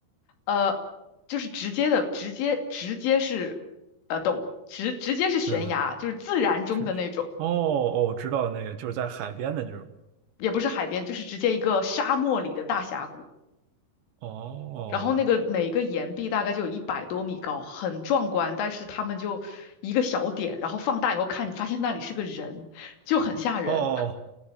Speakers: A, on the left; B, on the right.
A: 呃，就是直接的，直接直接是，呃，陡直直接是悬崖，
B: 呃，
A: 就是自然中的那种，
B: 是，是。哦哦，我知道那个，就是在海边的那种。
A: 也不是海边，就是直接一个沙漠里的大峡谷。
B: 哦
A: 然后那个每个岩壁大概就有一百多米高，很壮观。但是他们就一个小点，然后放大以后看，你发现那里是个人，就很吓人。
B: 哦，